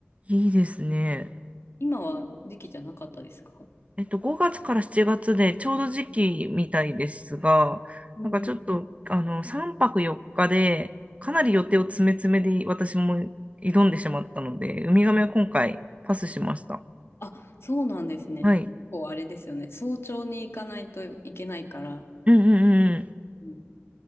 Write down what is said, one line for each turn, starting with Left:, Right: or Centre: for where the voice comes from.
Right: いいですね。
Left: 今は時期じゃなかったですか
Right: えっと、5月から7月でちょうど時期みたいですが、
Left: うんうん。
Right: なんかちょっと、あの、3泊4日で、かなり予定を詰め詰めで私も挑んでしまったので、ウミガメは今回パスしました。
Left: あ、そうなんですね。
Right: はい。
Left: こうあれですよね。早朝に行かないといけないから、
Right: うんうんうん
Left: うん、